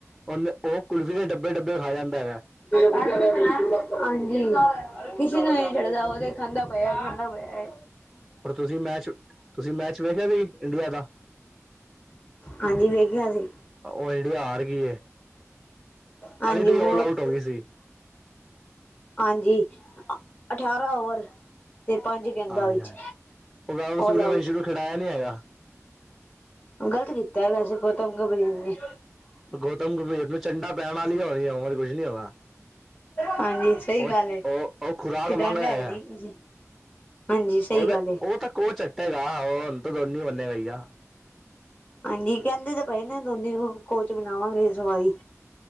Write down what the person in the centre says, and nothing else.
ਉਹਨੇ ਉਹ ਕੁਲਫੀ ਦੇ ਡੱਬੇ ਡੱਬੇ ਖਾ ਜਾਂਦਾ ਹੈਗਾ ਐ।
ਪਰ ਤੁਸੀਂ ਮੈਚ ਤੁਸੀਂ ਮੈਚ ਵੇਖਿਆ ਵੀ ਇੰਡੀਆ ਦਾ।
ਉਹ ਇੰਡੀਆ ਹਾਰ ਗਈ ਹੈ
ਤੇ
ਆਲ ਆਊਟ ਹੋ ਗਈ ਸੀ
ਹਾਂ
ਯਾਰ ਉਹ ਵੈਭਵ
ਸੂਰਯਵੰਸ਼ੀ
ਨੂੰ ਖਿਡਾਇਆ ਨਹੀਂ ਹੈਗਾ
ਗੌਤਮ ਗੰਭੀਰ ਨੂੰ ਚੰਡਾ ਪੈਣ ਵਾਲੀਆਂ ਹੋਰ ਕੁਛ ਨੀ ਹੈਗਾ।
ਉਹ
ਉਹ ਉਹ ਖੁਰਾਕ
ਮੰਗ ਰਿਹਾ ਹੈਗਾ
ਹੈ।
ਉਹ ਤੇ
ਉਹ ਤਾਂ ਕੋ ਚੱਟੇਗਾ ਉਹ ਹੂਣ ਤਾਂ ਦੋਨ ਮੰੰਨੇ ਗਾਈਆ।